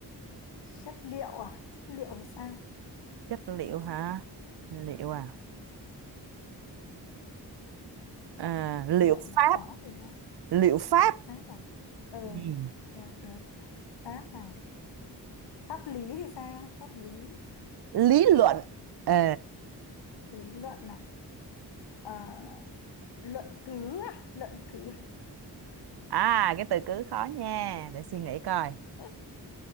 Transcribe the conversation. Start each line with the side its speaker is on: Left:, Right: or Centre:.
Left: chất liệu à chất liệu thì sao
Right: chất liệu hả liệu à, à liệu
Left: liệu là
Right: pháp
Left: khó rồi nha
Right: liệu pháp
Left: liệu pháp à ừ
Right: Ừm,
Left: được được pháp à pháp lý thì sao pháp lý
Right: lý luận Ờ.
Left: lý luận à Ờ, luận cứ à luận cứ
Right: à cái từ cứ khó nha để suy nghĩ coi
Left: <laughs>